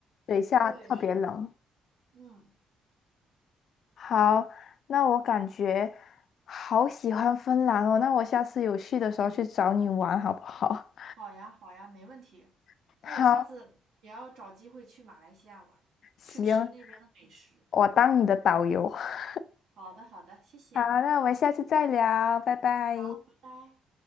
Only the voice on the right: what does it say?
对，是的。嗯，
好呀，好呀，没问题。
那我下次也要找机会去马来西亚玩儿去吃那边的美食。
好的，好的，谢谢。
好，拜拜。